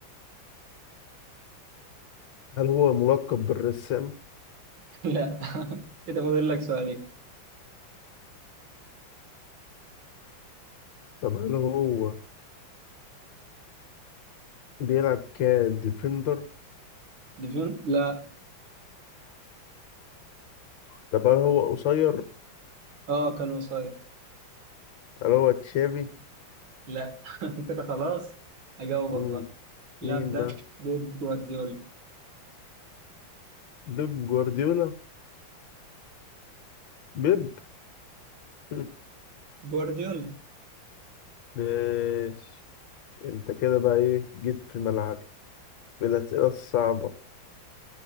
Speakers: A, on the left (about 70°); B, on the right (about 75°).
A: هل هو ملقب بالرسام
B: <laughs> لا <laughs> كده فاضل لك سؤالين
A: طب هل هو بيلعب كديفندر
B: ديفيون لا
A: طب هل هو قصير
B: اه كان قصير
A: هل هو تشافي
B: لا <laughs> كده خلاص اجاوبك
A: مم.
B: بقى اللاعب
A: مين
B: ده
A: بقى
B: جود جوارديولا
A: بيب جوارديولا بيب <laughs>
B: جوارديولا
A: ماشي انت كده بقى ايه جيت في ملعبي بالاسئله الصعبه